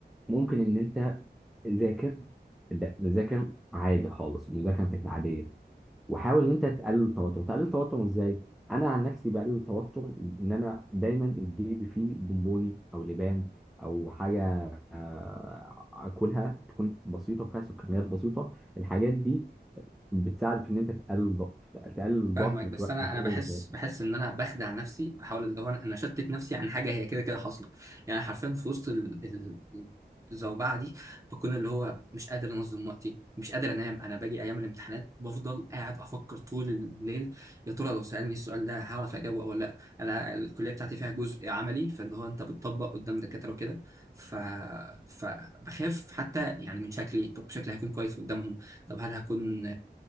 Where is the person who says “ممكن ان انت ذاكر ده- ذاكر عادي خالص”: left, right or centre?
Centre